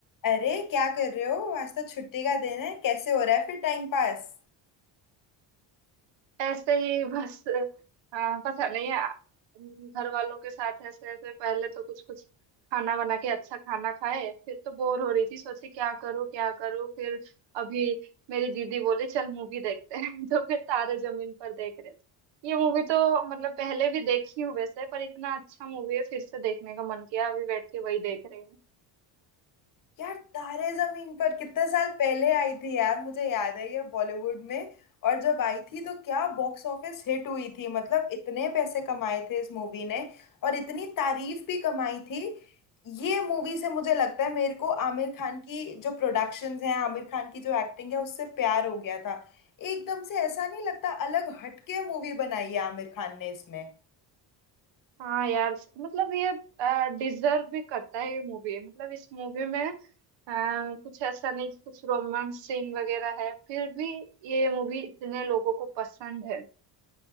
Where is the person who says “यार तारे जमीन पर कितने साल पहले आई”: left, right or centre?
Left